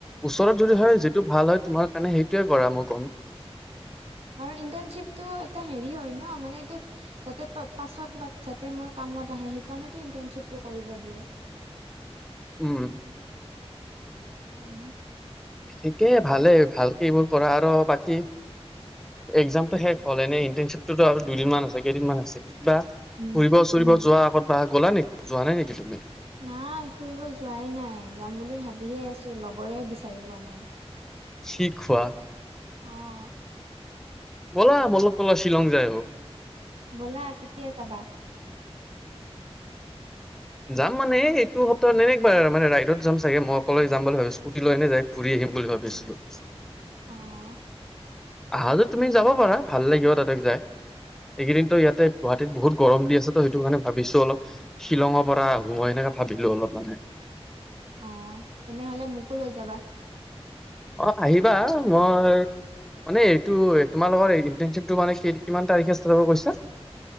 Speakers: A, in the centre; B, on the right.
A: ওচৰত যদি
B: অ
A: হয় যিটো ভাল হয় তোমাৰ মণে সেইটোয়ে কৰা মই কম।
B: ইিপটো হ হয় ন মানেটো পাছত ম আহে সেইকাৰণে টো ইনৰ্টানশিপটো কৰিব দিয়ে
A: উম।
B: কাৰণে
A: ঠিকেই ভালেই ভালকে এইবোৰ কৰা আৰু বাকী এক্জামটো শেষ হ'ল এনে ইণ্টাৰশ্বিপটোতো আৰু দুদিন মান আছে কেইদিনমান আছে। কিবা ফুৰিব
B: উম
A: চুৰিব
B: উম
A: যোৱাৰ আগত বা গ'লা নেকি যোৱা নাই নেকি তুমি।
B: নাই ফুৰিব যোৱাই নাই যাম বুলি ভাবিহে আছো লগৰে বিচাৰি পোৱা নাই
A: কি কোৱা?
B: অ'।
A: ব'লা মোৰ লগত বলা শ্বিলং যায় আহে।
B: ব'লা কেতিয়া যাবা।
A: যাম মানে এইটো সপ্তাহত এনে একবাৰ মানে ৰাইডত যাম চাগে মই অকলে যাম বুলি ভাবিো স্কুটি লৈ ননে যায় ঘূৰি। ম বুলি ভাবিছিলো।
B: অ'।
A: আহা তুমি যাব পাৰা ভাল লাগিব তাতেক যাই এইকেইদিনতো ইয়াতে গুৱাহাটীত বহুত গৰম দি আছে তো সেইটো কাৰণে ভাবিছো অলপ শ্বিলঙৰ পৰা। আহোঁ মই এেনেকে ভাবিলো অলপ মানে।
B: অ' তেনেহলে মোকো লৈ যাবা।
A: অ' আহিবা মই মানে এইটো তোমালোকৰ ইটাৰশ্বিপটো মানে কিমান তাৰিখে হব কৈছা।